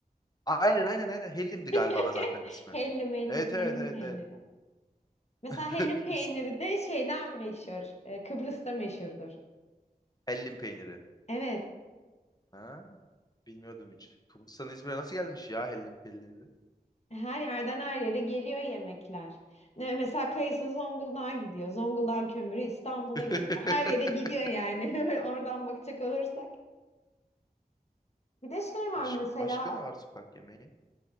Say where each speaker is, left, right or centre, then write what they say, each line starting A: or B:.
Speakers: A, on the left (about 25°); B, on the left (about 40°).
A: Aynen aynen aynen. Hellim'di
B: <laughs>
A: galiba zaten ismi.
B: Hellim hellim
A: Evet evet
B: hellim
A: evet
B: peyniri.
A: evet.
B: Mesela
A: <laughs>
B: hellim peyniri
A: İsmi.
B: de şeyden meşhur. e, Kıbrıs'ta meşhurdur.
A: Hellim peyniri.
B: Evet.
A: Ha? Bilmiyordum hiç. Kıbrıs'tan İzmir'e nasıl gelmiş ya hellim pellini de?
B: Her yerden her yere geliyor yemekler. Ne- Mesela kayısı Zonguldak'a gidiyor. Zonguldak kömürü İstanbul'a
A: <laughs>
B: geliyor. Her yere gidiyor yani. <laughs> Oradan bakacak olursak. Bir de şey var
A: Baş-
B: mesela
A: başka ne var sokak yemeği?